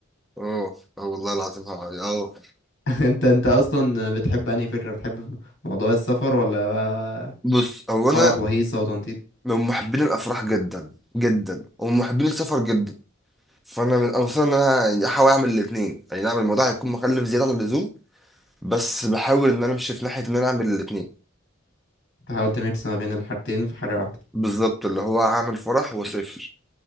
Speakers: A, in the centre; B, on the left.
A: اه اه والله العظيم اه آه.
B: <laughs> انت انت اصلا بتحب انهي فكره بتحب موضوع السفر ولا بقى
A: بص هو انا
B: فرح وهيصه وتنطيط
A: من محبين الافراح جدا جدا ومن محبين السفر جدا فانا من انصار ان انا يعني احاول اعمل الاثنين يعني نعم الموضوع هيكون مكلف زياده عن اللزوم بس بحاول ان انا امشي في ناحيه ان انا اعمل الاثنين
B: تحاول تميكس ما بين الحاجتين في حاجه واحده
A: بالظبط اللي هو هعمل فرح واسافر